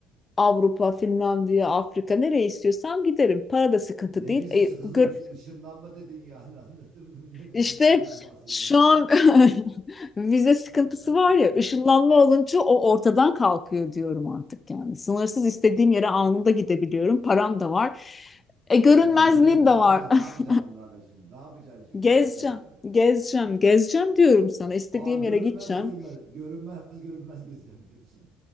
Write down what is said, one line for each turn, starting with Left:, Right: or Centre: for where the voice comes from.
Left: Avrupa, Finlandiya, Afrika nereye istiyorsam giderim. Para da sıkıntı
Right: Ne
Left: değil.
Right: vizesi
Left: E,
Right: kızı
Left: gör-
Right: Uş- ışınlanma dedin yani anladın mı? <laughs> Ne vizesinden
Left: işte
Right: bahsediyorsun
Left: şu
Right: hala.
Left: an <laughs> vize sıkıntısı
Right: <laughs>
Left: var ya, ışınlanma olunca o ortadan kalkıyor diyorum artık yani. Sınırsız istediğim yere anında gidebiliyorum. Param da var. E, görünmezliğim
Right: Tamam onu biliyoruz. Ne
Left: de
Right: yapacaksın?
Left: var.
Right: Ne yapacaksın
Left: <laughs>
Right: bunlarla şimdi? Ne yapacaksın şimdi?
Left: Gezeceğim,
Right: Onu söyle yani.
Left: gezeceğim, gezeceğim diyorum sana. İstediğim
Right: Aa görünmez
Left: yere gideceğim.
Right: görünmez görünmez <laughs> görünmez gezeceğim diyorsun.